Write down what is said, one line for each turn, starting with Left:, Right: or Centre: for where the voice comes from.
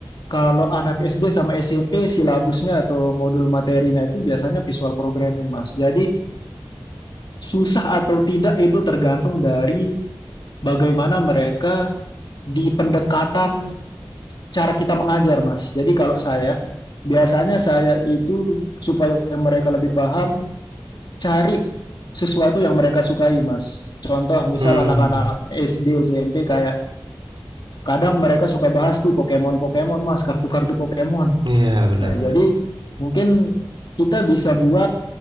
Left: kalau anak SD sama SMP silabusnya atau modul materinya itu biasanya visual programming Mas jadi susah atau tidak itu tergantung dari bagaimana mereka di pendekatan cara kita mengajar, Mas. Jadi kalau saya, biasanya saya itu supaya mereka lebih paham, cari sesuatu yang mereka sukai, Mas. Contoh, misal
Right: hmm.
Left: anak-anak SD, SMP kayak kadang mereka suka bahas tuh Pokemon-Pokemon, Mas, kartu-kartu Pokemon.
Right: Iya benar.
Left: Nah, jadi mungkin kita bisa buat